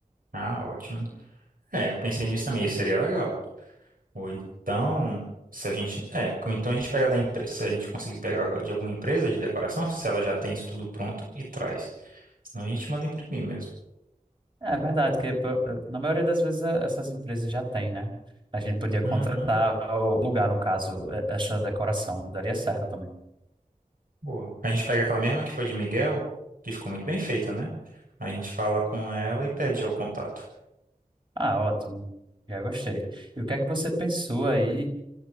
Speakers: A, on the right; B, on the right.
A: Ah, ótimo. É, eu pensei nisso também, isso seria legal. Ou então, se a gente. É, ou então a gente pega da empresa. Se a gente conseguir pegar de alguma empresa de decoração, se ela já tem isso tudo pronto e traz. Senão a gente manda imprimir mesmo.
B: É é verdade, que pô, eh, na maioria das vezes eh, essas empresas já têm, né? A gente podia contratar
A: Uhum,
B: o lugar, no caso, eh, essa decoração, daria certo também.
A: boa. A gente pega aquela mesma que foi de Miguel, que ficou muito bem feita, né? A gente fala com ela e pede já o contato.
B: Ah, ótimo. Já gostei. E o que é que você pensou aí